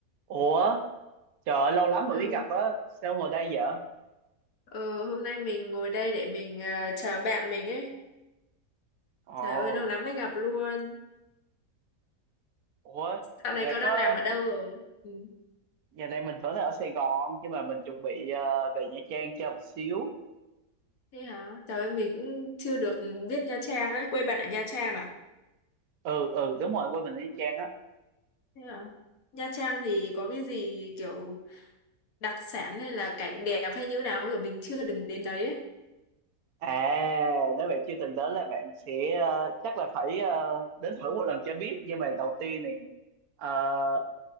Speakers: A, on the right; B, on the left.
A: Ủa, trời ơi, lâu lắm rồi
B: Ừ.
A: mới gặp á, sao ngồi đây vậy?
B: ừ, hôm nay mình ngồi đây để mình ờ, chờ bạn mình ấy.
A: Ồ,
B: Trời ơi, lâu lắm mới gặp luôn.
A: ủa,
B: Dạo
A: giờ
B: này
A: này
B: cậu
A: có,
B: đang làm ở đâu rồi? Ừ.
A: giờ này mình vẫn đang ở Sài Gòn, nhưng mà mình chuẩn bị ờ, về Nha Trang chơi một xíu.
B: Thế hả? Trời ơi, mình cũng chưa được biết Nha Trang ấy. Quê bạn ở Nha Trang à?
A: Ừ, ừ, đúng rồi, quên mình ở Nha Trang á.
B: Thế hả? Nha Trang thì có cái gì kiểu đặc sản hay là cảnh đẹp hay như nào không? kiểu mình chưa đừng đến đấy ấy.
A: À, nếu bạn chưa từng đến là bạn sẽ, ờ, chắc là phải ờ, đến thử một lần cho biết. Nhưng mà đầu tiên này, ờ,